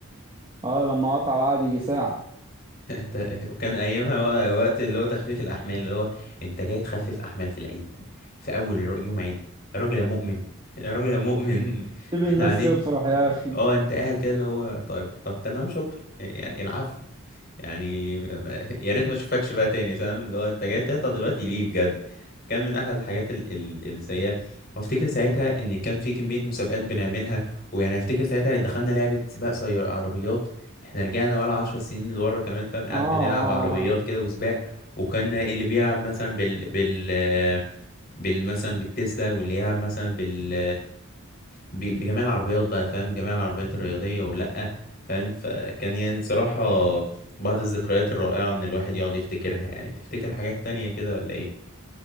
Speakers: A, on the right; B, on the left.
A: اه لما قطع وقعد يجي ساعة
B: <laughs> انت وكان ايامها وق- وقت اللي هو تخفيف الاحمال اللي هو انت جاي تخفف احمال في العيد في اول يرو- يوم عيد يا راجل يا مؤمن <laughs> يا راجل يا مؤمن <laughs>
A: سيب
B: احنا
A: الناس
B: قاعدين
A: تفرح يا أخي
B: اه انت قاعد كده اللي هو طيب طب تمام شكرا يعني العفو يعني ما- يا ريت ما اشوفكش بقى تاني فاهم اللي هو انت جاي تقطع دلوقتي ليه بجد فكان من احد الحاجات ال ال السيئه وافتكر ساعتها ان كان في كميه مسابقات بنعملها ويعني افتكر ساعتها دخلنا لعبه سباق سيار عربيات احنا رجعنا ولا عشر سنين لورا كمان فاهم قاعد
A: آه, آه,
B: بنلعب عربيات
A: آه
B: كده وسباق وكنا اللي بيلعب مثلا بال بال بال مثلا بالتسلا واللي يلعب مثلا بال ب- بجميع العربيات بقى فاهم جميع العربيات الرياضية ولا فاهم فكان يعني صراحة بعض الذكريات الرائعة ان الواحد يقعد يفتكرها يعني تفتكر حاجات تانية كده ولا ايه